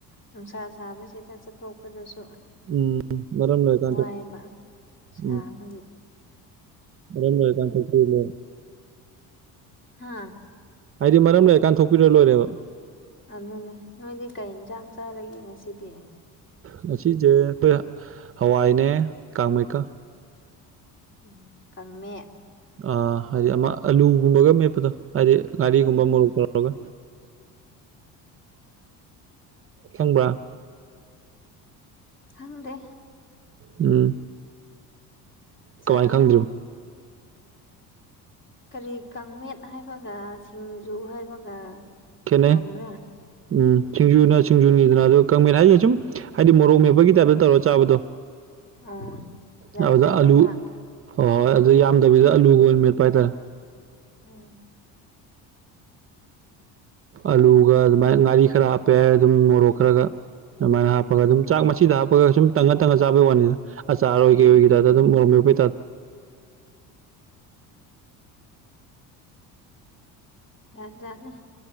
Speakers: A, on the left (about 30°); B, on the right (about 35°).
A: ꯅꯨꯡꯁꯥ ꯁꯥꯕꯁꯤꯗ ꯆꯠꯊꯣꯛꯄꯗꯨꯁꯨ
B: ꯎꯝ ꯃꯔꯝ ꯂꯩ ꯀꯥꯟ
A: ꯋꯥꯏꯕ
B: ꯊꯣꯛ
A: ꯁꯥꯕꯒꯤ
B: ꯎꯝ ꯃꯔꯝ ꯂꯩꯔꯀꯟ ꯊꯣꯛꯇꯧꯅꯦ
A: ꯍꯥ
B: ꯍꯥꯏꯗꯤ ꯃꯔꯝ ꯂꯩꯔꯀꯥꯟ ꯊꯣꯛꯄꯤꯔ ꯂꯣꯏꯔꯦꯕ
A: ꯑꯗꯨꯅꯦ ꯅꯣꯏꯗꯤ ꯀꯩ ꯏꯟꯁꯥꯡ ꯆꯥꯔꯒꯦ ꯉꯁꯤꯗꯤ
B: ꯉꯁꯤꯁꯦ ꯑꯈꯣꯏ ꯍꯋꯥꯏꯅꯦ ꯀꯥꯡ ꯃꯦꯠꯀꯥ
A: ꯎꯝ ꯀꯪꯃꯦꯠ
B: ꯑ ꯍꯥꯏꯗꯤ ꯑꯃ ꯑꯂꯨꯒꯨꯝꯕꯒ ꯃꯦꯞꯄꯗꯣ ꯍꯥꯏꯗꯤ ꯉꯥꯔꯤꯒꯨꯝꯕ
A: ꯑꯣ
B: ꯃꯣꯔꯣꯛ ꯇꯧꯔꯒꯥ ꯈꯪꯕ꯭ꯔ
A: ꯈꯪꯗꯦ
B: ꯎꯝ
A: ꯆꯥ
B: ꯀꯃꯥꯏꯅ ꯈꯪꯗ꯭ꯔꯤꯕ
A: ꯀꯔꯤ ꯀꯥꯡꯃꯦꯠ ꯍꯥꯏꯕꯒ ꯁꯤꯡꯖꯨ ꯍꯥꯏꯕꯒ
B: ꯈꯦꯠꯅꯩ
A: ꯇꯣꯉꯥꯟꯕ꯭ꯔꯥ
B: ꯎꯝ ꯁꯤꯡꯖꯨꯅ ꯁꯤꯡꯖꯨꯅꯤꯗꯅ ꯑꯗꯨꯒꯥ ꯀꯪꯃꯦꯠ ꯍꯥꯏꯖꯤꯅꯥ ꯁꯨꯝ
A: ꯎꯝ
B: ꯍꯥꯏꯗꯤ ꯃꯣꯔꯣꯛ ꯃꯦꯞꯄꯒꯤ ꯇꯥꯏꯞꯇ ꯇꯧꯔ ꯆꯥꯕꯗꯣ
A: ꯑꯣ ꯌꯥꯝꯗꯕꯤꯗ
B: ꯑꯗꯨꯗ ꯑꯂꯨ ꯍꯣꯏ ꯍꯣꯏ ꯑꯗꯨ ꯌꯥꯝꯗꯕꯤꯗ ꯑꯂꯨꯒ ꯑꯣꯏꯅ ꯃꯦꯠꯄ ꯍꯥꯏꯇꯥꯔꯦ
A: ꯎꯝ
B: ꯑꯂꯨꯒ ꯑꯗꯨꯃꯥꯏꯅ ꯉꯥꯔꯤ ꯈꯔ ꯍꯥꯞꯄꯦ ꯑꯗꯨꯝ ꯃꯣꯔꯣꯛ ꯈꯔꯒ ꯑꯗꯨꯃꯥꯏꯅ ꯍꯥꯞꯄꯒ ꯑꯗꯨꯝ ꯆꯥꯛ ꯃꯆꯤꯗ ꯍꯥꯞꯄꯒ ꯁꯨꯝ ꯇꯪꯉ ꯇꯪꯉ ꯆꯥꯕꯩ ꯋꯥꯅꯤꯗ ꯑꯆꯔ ꯑꯣꯏ
A: ꯎꯝ
B: ꯀꯩ ꯑꯣꯏꯒꯤ ꯇꯥꯏꯞꯇꯥ ꯑꯗꯨꯝ ꯃꯣꯔꯣꯛ ꯃꯦꯠꯄꯩ ꯇꯞ
A: ꯖꯠ ꯖꯠꯅꯤ